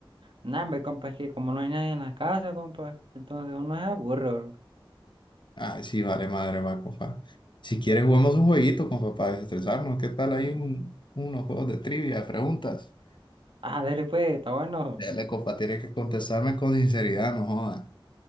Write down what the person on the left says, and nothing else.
Ah, sí, vale, madre, va, compa. Si quieres, jugamos un jueguito, compa, para desestresarnos. ¿Qué tal ahí un- unos juegos de trivia, de preguntas?
Dele, compa, tiene que contestarme con sinceridad, no joda.